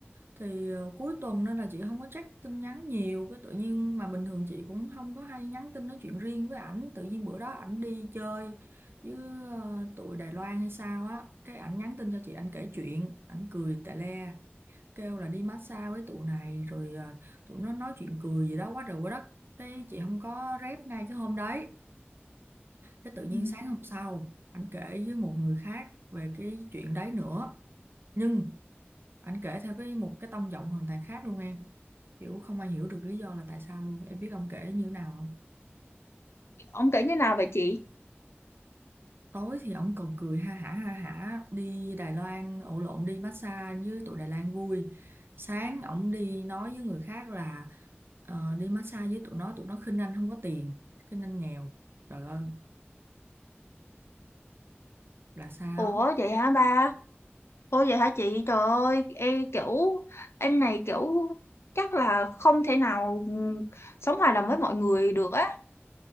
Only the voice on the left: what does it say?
Ừ.
ông kể như nào vậy chị
ủa vậy hả ba ủa vậy hả chị trời ơi em kiểu anh này kiểu chắc là không thể nào ừ, sống hòa đồng với mọi người được á